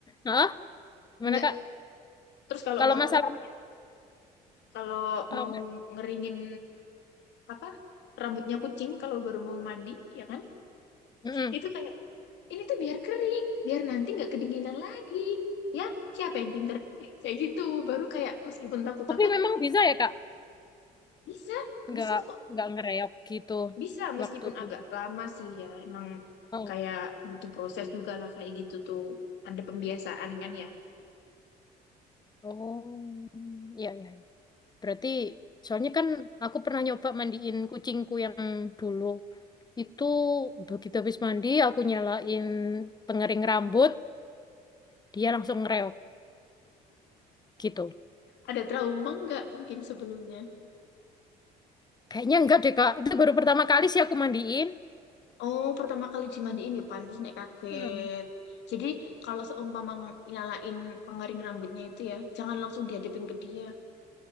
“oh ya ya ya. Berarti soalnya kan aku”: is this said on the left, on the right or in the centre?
Left